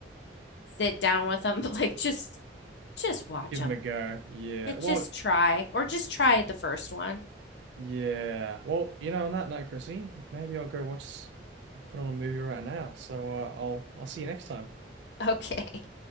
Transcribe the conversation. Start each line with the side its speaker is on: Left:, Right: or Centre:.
Left: sit down with them, <laughs> like just just watch
Right: give
Left: them.
Right: them a go. Yeah,
Left: It just
Right: well,
Left: try or just try the first one. <laughs>
Right: yeah, well, you know, on that note, Chrissy, maybe I'll go watch, put on a movie right now. So uh, I'll I'll see you next time.
Left: Okay.